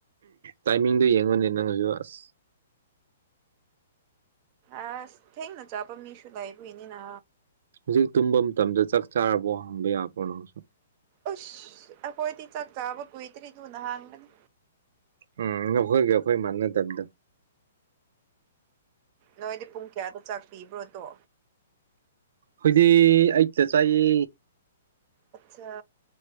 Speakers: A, on the right (about 65°); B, on the right (about 40°).
A: ꯇꯥꯏꯃꯤꯡꯗꯨ ꯌꯦꯡꯉꯨꯅꯦ ꯅꯪꯁꯨ ꯑꯁ
B: ꯑꯁ ꯊꯦꯡꯅ ꯆꯥꯕ ꯃꯤꯁꯨ ꯂꯩꯥꯏꯕꯩꯅꯤꯅ
A: ꯍꯧꯖꯤꯛ ꯇꯨꯝꯕ ꯃꯇꯝꯗ ꯆꯥꯛ ꯆꯥꯔꯕꯣ ꯍꯪꯕ ꯌꯥꯕ꯭ꯔꯣ ꯅꯪꯖꯨ
B: ꯑꯁ ꯑꯩꯈꯣꯏꯗꯤ ꯆꯥꯛ ꯆꯥꯕ ꯀꯨꯏꯗ꯭ꯔꯤ ꯗꯨꯅꯍꯪꯕꯅꯤ
A: ꯎꯝ ꯅꯈꯣꯏꯒ ꯑꯩꯈꯣꯏꯑ ꯃꯥꯟꯅꯗꯕꯗꯣ
B: ꯅꯣꯏꯗꯤ ꯄꯨꯡ ꯀꯌꯥꯗ ꯆꯥꯛ ꯄꯤꯕ꯭ꯔꯣꯗꯣ
A: ꯍꯣꯏꯗꯤ ꯑꯩ ꯑꯩꯠꯇ ꯆꯥꯏꯌꯦ
B: ꯑꯆꯥ